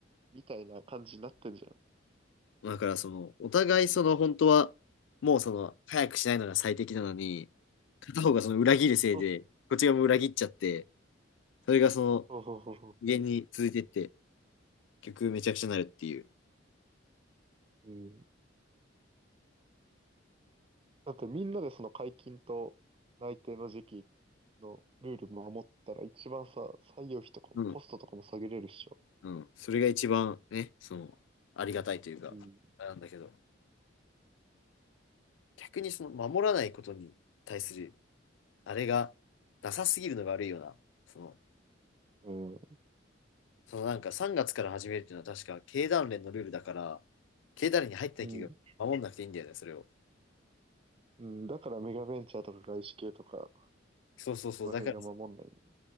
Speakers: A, on the right; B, on the left.
A: みたいな感じになってんじゃん。
B: だから、その、お互い、その、本当は、もう、その、早くしないのが最適なのに、片方がその裏切るせいで、
A: そう
B: こっちがもう裏切っちゃって、それがその、
A: そうそうそ
B: 無限に続いてって、結局めちゃくちゃになるっていう。
A: う。うん。だってみんなでその解禁と内定の時期のルール守ったら一番さ、採用費とかもコストとかも下げれるっしょ。
B: うん。うん。それが一番ね、その、ありがたいというか、
A: うん。
B: あれなんだけど。逆にその守らないことに対するあれがなさすぎるのが悪いよな。その、
A: うん。
B: そのなんか3月から始めるっていうのは確か経団連のルールだから、経団連に入った企業は守んなくていいんだよね、
A: うん。
B: それを。
A: うん。だからメガベンチャーとか外資系とか、
B: そうそうそう、
A: この辺が守んないね。
B: だから、